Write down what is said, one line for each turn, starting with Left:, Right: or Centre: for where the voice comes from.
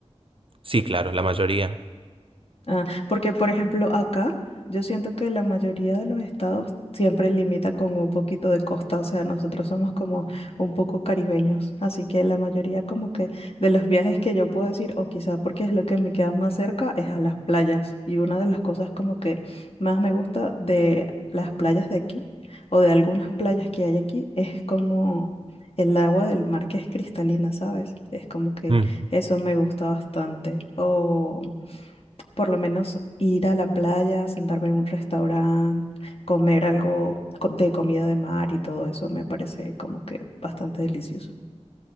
Right: Sí, claro, la mayoría.
Left: Ah, porque, por ejemplo, acá yo siento que la mayoría de los estados siempre limita con un poquito de costa, o sea, nosotros somos como un poco caribeños, así que la mayoría como que de los viajes que yo puedo decir, o quizás porque es lo que me queda más cerca, es a las playas. Y una de las cosas como que más me gusta de las playas de aquí, o de algunas playas que hay aquí, es como el agua del mar que es cristalina, ¿sabes? Es como que
Right: Mm.
Left: eso me gusta bastante. O por lo menos ir a la playa, sentarme en un restaurante, comer algo co- de comida de mar y todo eso me parece como que bastante delicioso.